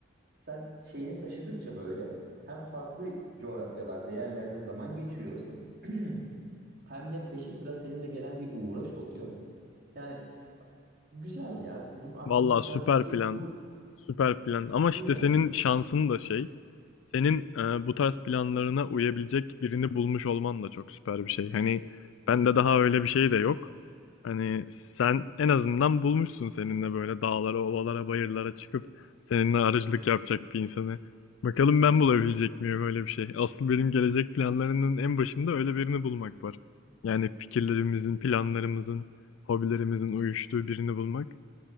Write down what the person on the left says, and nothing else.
Valla süper plan.
Süper plan. Ama işte
senin şansın da şey. Senin e, bu tarz planlarına uyabilecek birini bulmuş olman da çok süper bir şey. Hani bende daha öyle bir şey de yok. Hani sen en azından bulmuşsun seninle böyle dağlara, ovalara, bayırlara çıkıp seninle arıcılık yapacak bir insanı. Bakalım ben bulabilecek miyim öyle bir şey. Asıl benim gelecek planlarının en başında öyle birini bulmak var. Yani fikirlerimizin, planlarımızın, hobilerimizin uyuştuğu birini bulmak.